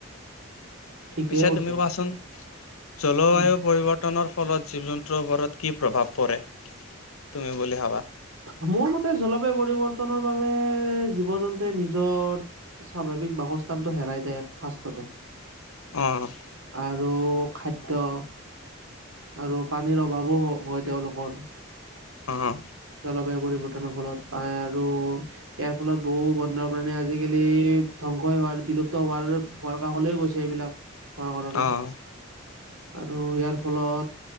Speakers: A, on the right; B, on the left.
A: ঠিকেই
B: পিছে
A: কৈছে।
B: তুমি কোৱাচোন জলবায়ু
A: উম,
B: পৰিৱ- প্তনৰ ফলত জীৱ জন্তুৰ ওপৰত কি প্ৰভাৱ পৰে, তুমি বুলি ভাবা?
A: মোৰ মতে জলবায়ু পৰিৱৰ্তনৰ বাবে জীৱ জন্তুৱে নিজৰ স্বাভাৱিক বাসস্থানটো হেৰাই যায়, এক ফাৰ্ষ্টতে।
B: অ'।
A: আৰু, খাদ্য আৰু পানীৰ অভাৱো হয় তেওঁলোকৰ।
B: অ'।
A: জলবায়ু পৰিৱৰ্তনৰ ফলত, পায় আৰু ইয়াৰ ফলত বহু বন্যপ্ৰাণী আজিকালি ধ্বংসই হোৱাৰ, বিলুপ্ত হোৱাৰ ভৰ কাষলৈ গৈছে এইবিলাক, ব ঘৰে আৰু
B: অ
A: ইয়াৰ ফলত,